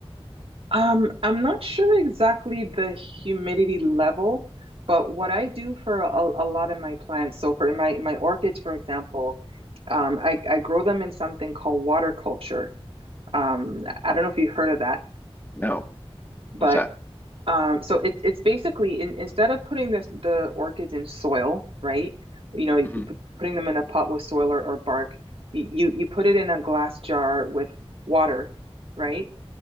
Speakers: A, on the right (about 65°); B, on the left (about 20°).
A: Um, I'm not sure exactly the humidity level, but what I do for a, a lot of my plants, so for my my orchids, for example, um, I, I grow them in something called water culture. Um, I don't know if you heard of that,
B: No.
A: but
B: What's that?
A: Um, so it, it's basically in, instead of putting this, the orchids in soil, right? You know, you
B: mm hmm
A: p- putting them in a pot with soil or, or bark, y- you you put it in a glass jar with water, right?